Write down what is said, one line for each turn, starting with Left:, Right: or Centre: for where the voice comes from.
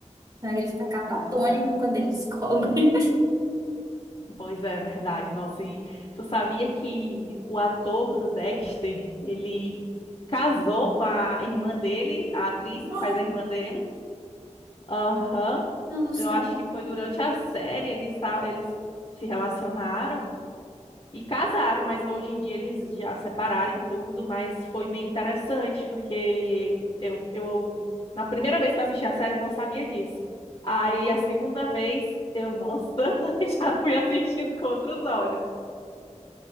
Right: Então ele fica catatônico
Left: Pois é.
Right: quando ele descobre. <laughs>
Left: Pois é, verdade. Nossa, e tu sabia que o ator do Dexter, ele casou com a irmã dele, a atriz
Right: Não,
Left: que faz a irmã dele? Aham.
Right: eu não sabia.
Left: Eu acho que foi durante a série, eles, esta- eles se relacionaram e casaram, mas hoje em dia eles já separaram e tudo, mas foi bem interessante, porque eu, eu na primeira vez que eu assisti a série eu não sabia disso. Aí a segunda vez eu, nossa, <laughs> já fui assistindo com outros olhos.